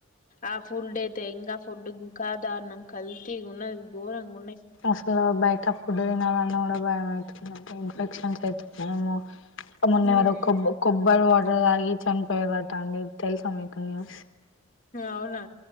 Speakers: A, on the left; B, on the left.
A: ఆ ఫుల్ డేతే ఇంగా ఫుడ్ ఇంకా గోరం కల్తీ ఉన్నది గోరంగా
B: అసలు బాయట ఫుడ్ తినాలన్నా కూడా భయం అవుతుంది అక్క ఇన్ఫెక్షన్స్ అవుతున్నాయేమో మొన్న
A: ఉమ్
B: ఎవరో కొబ్బరి వాటర్ తాగి చనిపోయారట అండి తెలుసా మీకు న్యూస్
A: అవునా